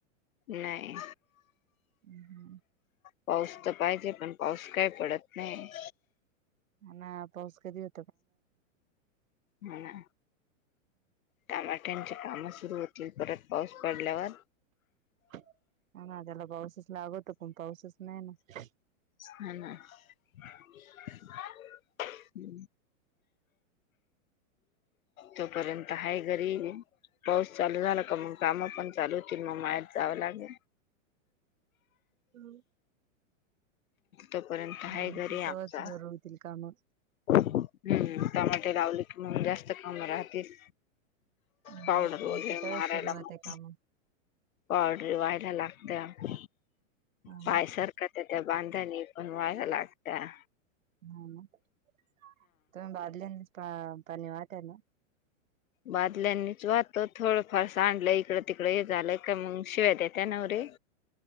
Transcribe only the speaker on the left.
नाही
पाऊस तर पाहिजे पण पाऊस काय पडत नाही
होना टमाट्यांचे काम सुरु होतील परत पाऊस पडल्यावर
हा ना हम् तोपर्यंत हाय घरी पाऊस चालू झाला का मग काम पण चालू होतील मग मळ्यात जावं लागल.
तोपर्यंत आहे
घरी
आमचा
हम्म टमाटे लावले कि मंग जास्त कामं राहतील
पावडर वगैरे
मारायला
मग
पावडरी व्हायला लागत
पायसार <unintelligible> त्या बांधणी पण व्हाया लागता
बादल्यांनीच वाहतो थोडंफार सांडलं इकडं तिकडं हे झालं का मग शिवाय देत्या नवरे